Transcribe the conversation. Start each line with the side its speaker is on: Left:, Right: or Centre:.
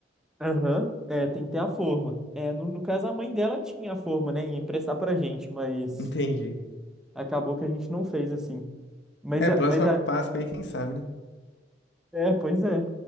Centre: Aham, É, tem que ter a forma. É, no, no caso, a mãe dela tinha a forma, né? Ia emprestar pra gente, mas
Left: Entendi.
Centre: acabou que a gente não fez assim. Mas,
Left: É,
Centre: a-
Left: próxima
Centre: mas a,
Left: Páscoa aí, quem sabe, né?
Centre: é, pois é.